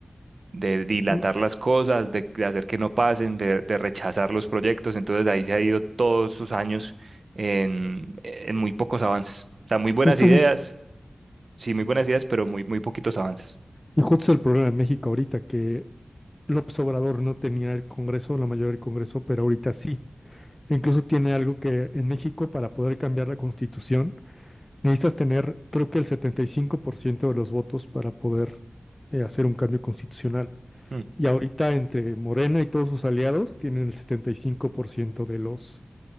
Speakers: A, on the right; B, on the left.
A: de dilatar
B: Mm,
A: las cosas, de, de hacer que no pasen, de, de rechazar los proyectos. Entonces ahí se ha ido todos sus años en, en muy pocos avances. O sea, muy buenas
B: Justo
A: ideas,
B: ese es,
A: sí, muy buenas ideas, pero muy, muy poquitos avances.
B: y justo es el problema en México ahorita, que López Obrador no tenía el Congreso, la mayoría del Congreso, pero ahorita sí. E Incluso tiene algo que en México para poder cambiar la constitución necesitas tener, creo que el 75% de los votos para poder eh, hacer un cambio constitucional.
A: Mm.
B: Y ahorita entre Morena y todos sus aliados tienen el 75% de los